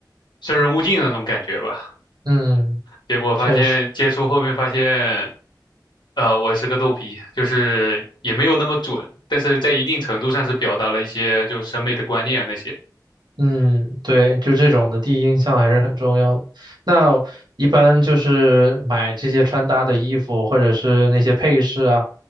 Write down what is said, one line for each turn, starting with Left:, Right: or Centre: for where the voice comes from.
Left: 生人勿近的那种感觉吧。
Right: 嗯，
Left: 结果发现接触后面发现，
Right: 确实。
Left: 呃，我是个逗逼，就是也没有那么准，但是在一定程度上是表达了一些就是审美的观念那些。
Right: 嗯，对，就这种的第一印象还是很重要的。那一般就是买这些穿搭的衣服或者是那些配饰啊，